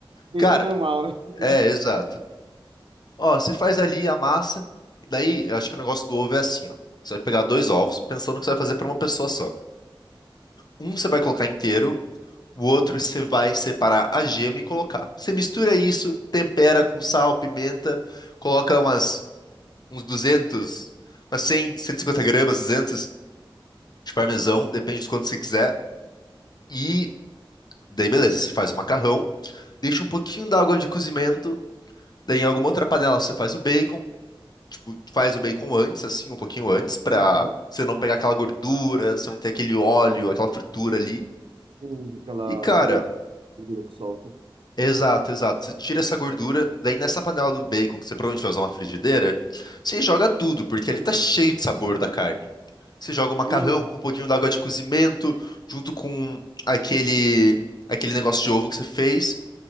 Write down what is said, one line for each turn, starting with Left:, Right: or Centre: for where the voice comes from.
Right: peixe
Left: Cara,
Right: normal,
Left: é,
Right: né?
Left: exato. Ó, você faz ali a massa, e daí eu acho que o negócio do ovo é assim, ó. Você vai pegar dois ovos, pensando que você vai fazer para uma pessoa só. Um você vai colocar inteiro, o outro você vai separar a gema e colocar. Você mistura isso, tempera com sal, pimenta, coloca umas uns 200, umas cem, cento e cinquenta gramas, 200 de parmesão, depende de quanto você quiser. E daí beleza, você faz o macarrão, deixa um pouquinho d'água de cozimento, daí em alguma outra panela você faz o bacon, Tipo, tu faz o bacon antes, assim, um pouquinho antes, pra
Right: Uhum.
Left: você não pegar aquela gordura, você não ter aquele óleo, aquela fritura ali.
Right: Sim, aquela,
Left: E, cara,
Right: aquele gordura que solta.
Left: exato, exato. Você tira essa gordura, daí nessa panela do bacon, que você provavelmente vai usar uma frigideira, você joga tudo, porque ali tá cheio de sabor da carne. Você joga o macarrão
Right: Uhum.
Left: com um pouquinho d'água de cozimento, junto com aquele, aquele negócio de ovo que você fez.